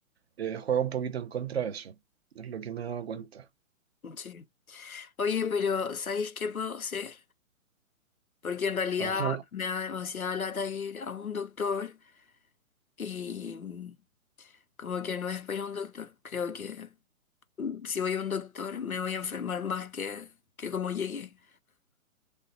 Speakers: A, on the right; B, on the left.
A: eh, juega un poquito en contra de eso, es lo que me he dado cuenta.
B: sí. Oye, pero ¿sabéis qué puedo hacer? Porque en realidad
A: Ajá.
B: me da demasiada lata ir a un doctor y mm, como que no espero a un doctor. Creo que si voy a un doctor me voy a enfermar más que, que como llegué.